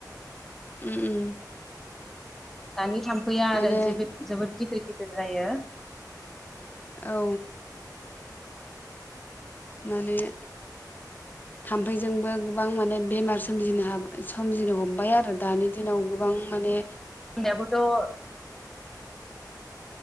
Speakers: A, on the left; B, in the centre.
A: उम उम
B: दानि थाम फैया आरो
A: माने
B: जिबोद जोबोद गिदिर गिदिर जायो।
A: औ माने थाम्फैजोंबो गोबां माने बेमार सोमजिनो हाबा सोमजिनो हमबाय आरो दानि दिनाव गोबां माने
B: दाबोथ'